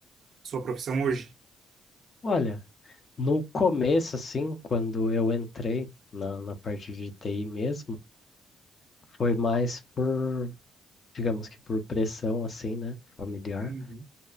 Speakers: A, on the right; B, on the left.
A: Sua profissão hoje?
B: Olha, no começo, assim, quando eu entrei na, na parte de TI mesmo, foi mais por, digamos que por pressão, assim, né, familiar,
A: Uhum.